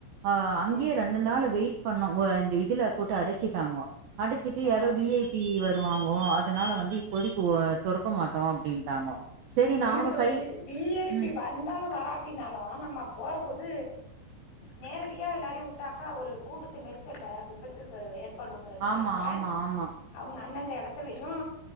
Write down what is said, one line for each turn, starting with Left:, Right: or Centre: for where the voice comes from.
Right: ஆ அங்கேயே
Left: ம்
Right: ரெண்டு நாளு வெயிட் பண்ணோ ஓ இந்த இதுல போட்டு அடச்சிட்டாங்கோ அடிச்சிட்டு
Left: ஆ
Right: யாரோ வி ஐ பி வருவாங்கோ அதனால வந்து இப்போதைக்கு ஓ தொறக்க மாட்டோ அப்டின்ட்டாங்கோ சரி
Left: இல்ல
Right: நாங்களும்
Left: தோழி
Right: கை
Left: வி ஐ
Right: ம்
Left: பி வந்தாலு வராட்டினாலு நம்ம போற போது நேரடியா எல்லாரையு விட்டாக்கா ஒரு கூட்டத்து நெரிசல்ல விபத்து ப ஏற் படுங்கிறதுக்காக
Right: ஆமா ஆமா ஆமா
Left: அவுங்க அந்தந்த எடத்துலயு